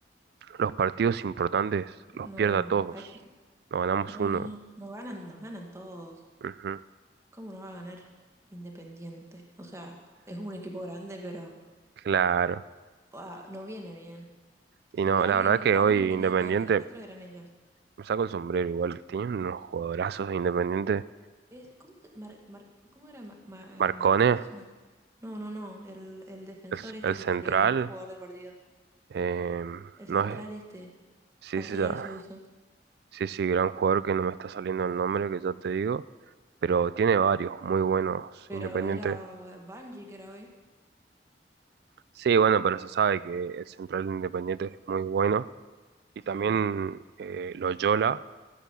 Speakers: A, on the right; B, on the right.
A: los partidos importantes los
B: No,
A: pierdo a todos.
B: hay que,
A: No ganamos
B: no,
A: uno.
B: no, no, nos ganan, nos ganan todos.
A: Ujú.
B: ¿Cómo no va a ganar Independiente? O sea, es un equipo grande, pero
A: Claro.
B: ah, no viene bien.
A: Y
B: Si
A: no,
B: alguien,
A: la verdad que
B: alguien
A: hoy
B: venía
A: Independiente,
B: peor que nosotros, eran ellos.
A: me saco el sombrero igual, tiene unos jugadorazos de Independiente.
B: Es, ¿cómo, que Mar- Mar- cómo era Ma- Ma-
A: Marcone,
B: eh, Márquez? Mar- no, no, no, el, el defensor
A: el,
B: este
A: el central,
B: que salió mejor jugador del partido.
A: eh,
B: El central
A: no es,
B: este,
A: Sí,
B: partidazo
A: sí, ya.
B: hizo.
A: Sí, sí, gran jugador que no me está saliendo el nombre, que ya te digo, pero tiene varios muy buenos
B: Pero
A: Independiente.
B: era eh, Banji que era hoy.
A: Sí, bueno, pero se sabe que el central de Independiente es muy bueno. Y
B: Sí.
A: también eh, Loyola